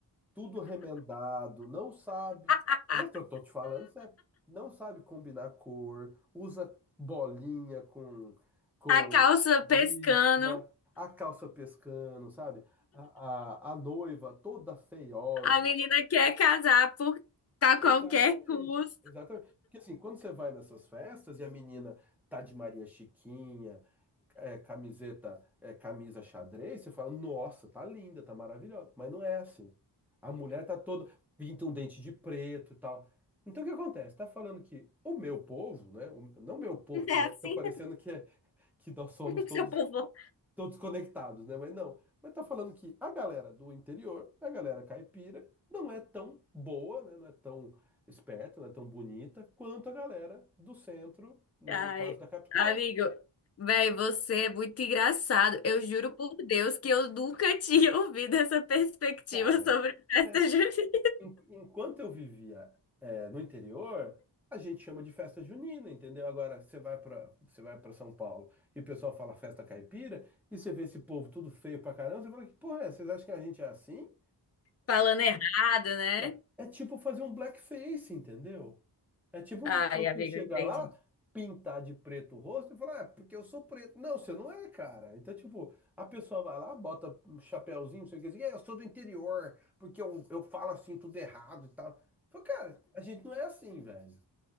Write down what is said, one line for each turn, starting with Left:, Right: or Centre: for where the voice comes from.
Centre: tudo remendado, não sabe.
Left: <laughs>
Centre: Eu tô, tô te falando sério. Não sabe combinar cor, usa bolinha com, com
Left: A calça
Centre: listra,
Left: pescando,
Centre: a calça pescando, sabe? A, a, a noiva toda feiosa.
Left: a menina quer casar por a
Centre: Exatamente,
Left: qualquer custo.
Centre: exatamente. Porque assim, quando você vai nessas festas e a menina tá de Maria Chiquinha, é, camiseta, é, camisa xadrez, você fala, nossa, tá linda, tá maravilhosa. Mas não é assim. A mulher tá toda, pinta um dente de preto e tal. Então o que acontece? Tá falando que o meu povo, né? o- não meu povo,
Left: Não
Centre: que
Left: É assim,
Centre: fica parecendo que, é, que nós somos
Left: <laughs>
Centre: todos,
Left: seu povo.
Centre: todos conectados, né? Mas não. Mas tá falando que a galera do interior, a galera caipira, não é tão boa, né? Não é tão esperta, não é tão bonita quanto a galera do centro, no
Left: Ai,
Centre: no caso da capital.
Left: amigo, velho, você é muito engraçado. Eu juro por Deus que eu nunca <laughs> tinha ouvido essa perspectiva
Centre: Cara.
Left: sobre festa
Centre: É,
Left: junina.
Centre: en- enquanto eu vivia, é, no interior, a gente chama de festa junina, entendeu? Agora você vai para você vai para São Paulo e o pessoal fala festa caipira e você vê esse povo tudo feio pra caramba, você fala que porra é? Vocês acham que a gente é assim?
Left: Falando errado, né?
Centre: Cara, é tipo fazer um blackface, entendeu? É tipo
Left: Ai,
Centre: você
Left: amigo,
Centre: chegar
Left: entendi.
Centre: lá, pintar de preto o rosto e falar, ah, porque eu sou preto. Não, você não é, cara. Então, tipo, a pessoa vai lá, bota um chapéuzinho, não sei o que, assim, é, eu sou do interior, porque eu, eu falo assim tudo errado e tal. Fala, cara, a gente não é assim, velho.